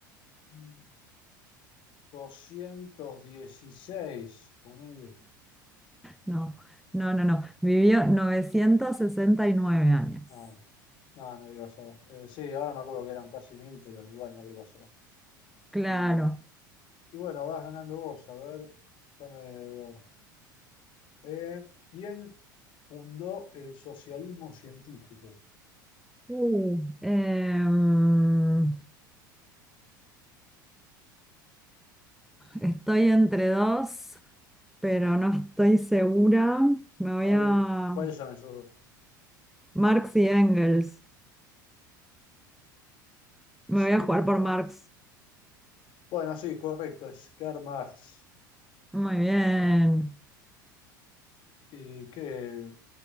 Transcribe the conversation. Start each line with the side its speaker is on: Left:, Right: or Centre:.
Left: Mm. 216, ponele.
Centre: No, no, no, no, vivió novecientos sesenta y nueve años.
Left: No, no, no digo ahora. Eh, sí, ahora me acuerdo que eran casi mil, pero igual no digo ahora.
Centre: Claro.
Left: Y, y bueno, vas ganando vos, a ver. déjame ver. Eh, ¿quién fundó el socialismo científico?
Centre: Uh, Eh, Estoy entre dos, pero no estoy segura. Me voy
Left: A ver,
Centre: a
Left: eh, ¿cuáles son esos?
Centre: Marx y Engels. Me
Left: Sí,
Centre: voy a jugar
Left: bueno,
Centre: por
Left: a
Centre: Marx.
Left: ver. Bueno, sí, correcto, es Karl Marx.
Centre: Muy bien.
Left: Y que